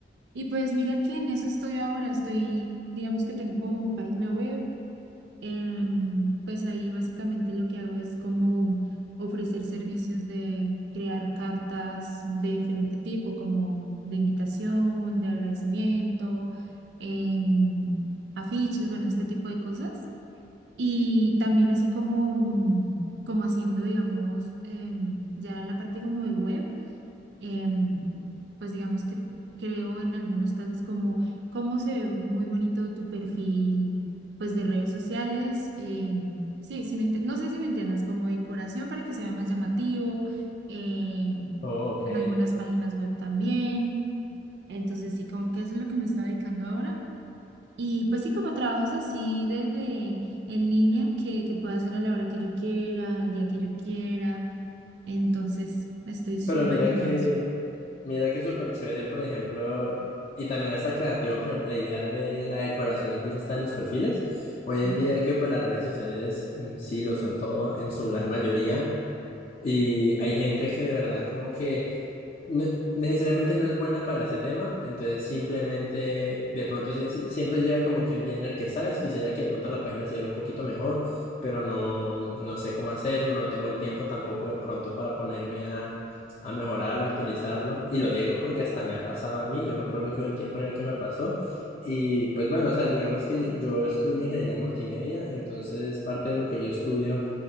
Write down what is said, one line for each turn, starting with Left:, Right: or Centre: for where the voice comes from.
Right: Y pues mira que en eso estoy ahora, estoy, digamos que tengo como mi página web em, pues ahí básicamente lo que hago es como ofrecer servicios de crear cartas de diferente tipo, como de invitación, de agradecimiento, em, afiches, bueno, este tipo de cosas. Y también así como, mm, como haciendo, digamos, em, ya la parte como de web em, pues digamos que creo en algunos casos como cómo se ve muy bonito tu perfil, pues de redes sociales. em, sí, sí me ent- no sé si me entiendas, como decoración para que sea más llamativo, em,
Left: Oh, ok.
Right: en algunas páginas web también. Entonces sí, como que eso es lo que me está dedicando ahora. Y pues sí, como trabajos así de, de- en línea que, que pueda hacer a la hora que yo quiera, al día que yo quiera. Entonces estoy súper
Left: Pero mira
Right: bien
Left: que,
Right: con eso.
Left: mira que es súper chévere, por ejemplo, y también está creativo, por ejemplo, la idea de la decoración incluso está en los perfiles. Hoy
Right: Sí.
Left: en día que pues las redes sociales mm, sí lo son todo en su gran mayoría, y hay gente que de verdad como que no- necesariamente no es buena para ese tema, entonces simplemente de pronto llega- si- siempre llega como que un día en el que sabes, quisiera que de pronto la página se viera un poquito mejor, pero no, no sé cómo hacerlo, no tengo el tiempo tampoco de pronto para ponerme a, a mejorarlo, a actualizarlo, y lo digo porque hasta me ha pasado a mí, yo me acuerdo que hubo un tiempo en el que me pasó, y pues bueno, o sea, digamos que yo, yo estudio ingeniería multimedia, entonces parte de lo que yo estudio